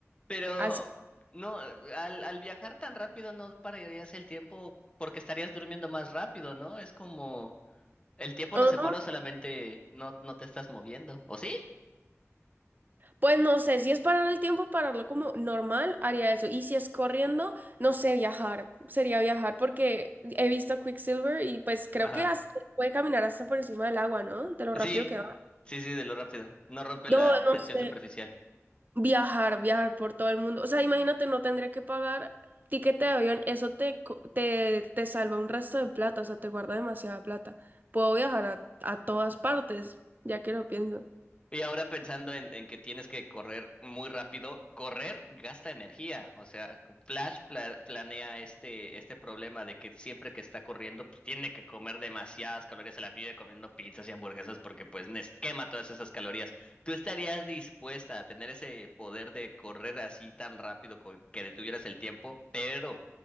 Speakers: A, on the left; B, on the right.
A: Pero
B: Así.
A: no, al, al viajar tan rápido no pararías el tiempo porque estarías durmiendo más rápido, ¿no? Es como el tiempo
B: ah,
A: no se paró, solamente no, no te estás moviendo. ¿O sí?
B: Pues no sé, si es parar el tiempo, pararlo como normal, haría eso. Y si es corriendo, no sé, viajar. Sería viajar porque he visto a Quicksilver y pues creo
A: Ajá.
B: que hasta- puede caminar hasta por encima del agua, ¿no? De lo
A: Sí,
B: rápido que va.
A: sí, sí, de lo rápido. No rompe
B: No,
A: la
B: no
A: tensión
B: sé.
A: superficial.
B: Viajar, viajar por todo el mundo. O sea, imagínate, no tendría que pagar tiquete de avión. Eso te, co- te, te salva un resto de plata, o sea, te guarda demasiada plata. Puedo viajar a, a todas partes, ya que lo pienso.
A: Y ahora pensando en, en que tienes que correr muy rápido, correr gasta energía. O sea, Flash pla- planea este, este problema de que siempre que está corriendo, pues tiene que comer demasiadas calorías, se la pide comiendo pizzas y hamburguesas porque pues nes- quema todas esas calorías. ¿Tú estarías dispuesta a tener ese poder de correr así tan rápido co- que detuvieras el tiempo, pero